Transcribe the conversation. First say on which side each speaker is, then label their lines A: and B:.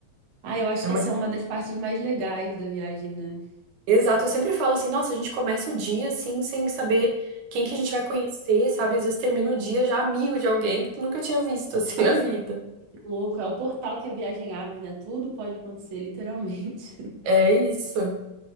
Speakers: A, on the right; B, on the right.
A: Ah, eu acho
B: É
A: que
B: uma
A: essa é uma das partes mais legais da viagem, né?
B: Exato, eu sempre falo assim, nossa, a gente começa o dia assim, sem saber quem que a gente vai conhecer, sabe? Às vezes termina o dia já amigo de alguém que tu nunca tinha visto assim <laughs> na vida.
A: Louco, é o portal que a viagem abre, né? Tudo pode acontecer, literalmente.
B: É isso.